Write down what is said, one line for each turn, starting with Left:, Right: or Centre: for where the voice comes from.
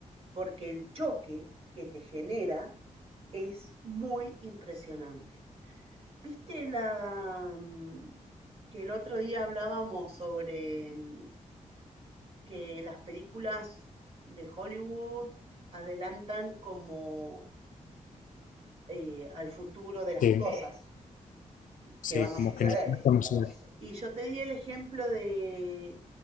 Right: porque el choque que te genera es muy impresionante. ¿Viste la mm, que el otro día hablábamos sobre mm, que las películas de Hollywood adelantan como eh, al futuro de las
Left: Sí,
Right: cosas
Left: sí,
Right: que van a
Left: como
Right: suceder?
Left: que no se conocía.
Right: Y yo te di el ejemplo de,